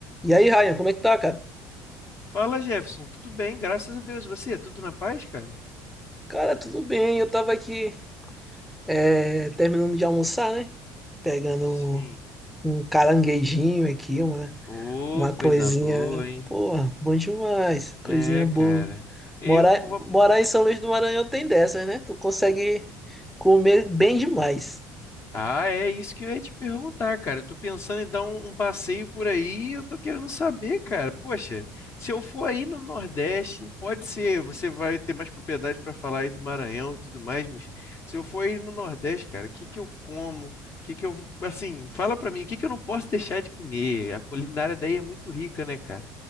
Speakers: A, in the centre; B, on the left.
A: E aí, Ryan, como é que tá, cara?
B: Fala, Jefferson. Tudo bem? Graças a Deus. Você, tudo na paz, cara?
A: Cara, tudo bem. Eu tava aqui, é, terminando de almoçar, né? Pegando
B: Sim.
A: um caranguejinho aqui, uma,
B: Ô,
A: uma
B: coisa
A: coisinha.
B: boa, hein?
A: Porra, bom demais.
B: É,
A: Coisinha boa.
B: cara. Eu
A: Morar,
B: vou.
A: morar em São Luís do Maranhão tem dessas, né? Tu consegue comer bem demais.
B: Ah, é isso que eu ia te perguntar, cara. Eu tô pensando em dar um, um passeio por aí, e eu tô querendo saber, cara. Poxa, se eu for aí no Nordeste, pode ser, você vai ter mais propriedade para falar aí do Maranhão e tudo mais, mas se eu for aí no Nordeste, cara, o que que eu como? O que que eu, assim, fala pra mim, o que que eu não posso deixar de comer? A culinária daí é muito rica, né, cara?